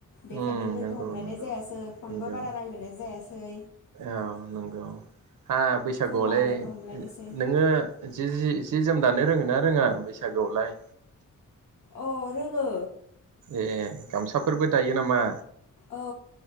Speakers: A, on the left; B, on the right.
A: बेखायनो
B: उम
A: लोगो
B: नंगौ
A: हमलायनाय
B: नंगौ
A: जायासै फनबो
B: नंगौ
A: बारा रायलायनाय जायासै
B: औ नंगौ हा बैसागुआवलाय
A: जमा लोगो हमलायनोसै
B: नोङो जिजि जि जोम दानो रोङो ना रोङा बैसागु आवलाय?
A: अ रोङो।
B: ए गामसा फोरबो दायो नामा?
A: औ